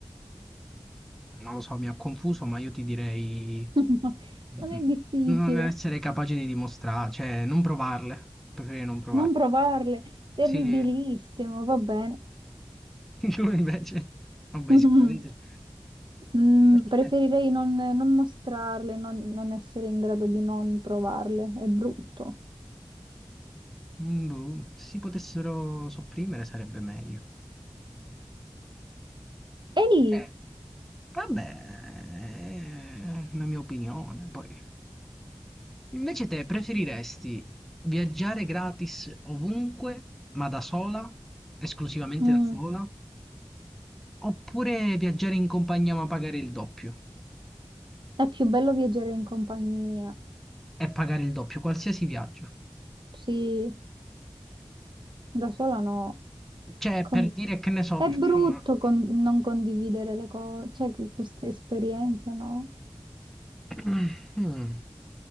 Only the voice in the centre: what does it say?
Non lo so, mi ha confuso, ma io ti direi...
mm,
mm,
Non essere capace di dimostrare, cioè non provarle. Preferirei non provarle.
Sì, <laughs>
tu invece... Vabbè,
sicuramente...
E Perché?
Mm, boh, se si potessero sopprimere sarebbe meglio.
Cioè, Vabbè, è una mia opinione, poi. Invece te preferiresti viaggiare gratis ovunque, ma da sola, esclusivamente
da sola, oppure viaggiare in compagnia ma pagare il doppio?
E pagare il doppio, qualsiasi viaggio.
Cioè,
per dire che ne so,
facciamo una...
<clears throat> Mm.